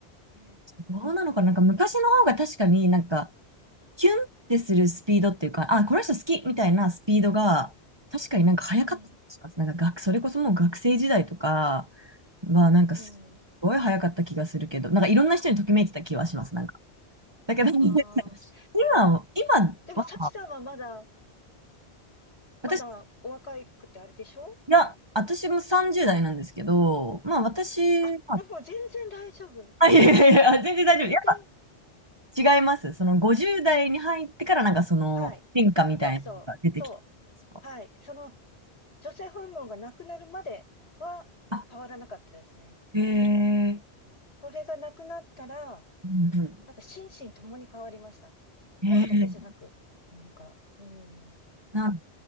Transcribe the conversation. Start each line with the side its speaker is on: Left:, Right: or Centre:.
Left: えー
Right: どうなのかな、なんか昔の方が確かになんか、キュンってするスピードっていうか、あ、この人好きみたいなスピードが、確かになんか早かった気がします。
Left: うん、
Right: なんか学、それこそもう学生時代とかは、なんかすごい早かった気がするけど、
Left: うん。
Right: なんかいろんな人にときめいてた気はします、なんか。だけど、<laughs>
Left: ああ。
Right: 今、今は、
Left: でも、幸さんはまだ、まだお若くてあれでしょ
Right: 私いや、私も30代なんですけど、まあ私、
Left: あ、
Right: まあ、
Left: でも全然大丈夫。
Right: <laughs> あいやいやいや、全然大丈夫。
Left: 全然、
Right: やっぱ違います。その50代に入ってからなんかその変化みたいなのが出てきてんですか
Left: はい。そうそう、そう。はい。その、女性ホルモンがなくなるまでは変わらなかったですね。
Right: あ、へえ、
Left: それがなくなったら、
Right: うんう
Left: なんか心身ともに変わりました。心だけじゃなく、
Right: ん、へえ、
Left: なんか、うん。
Right: なん、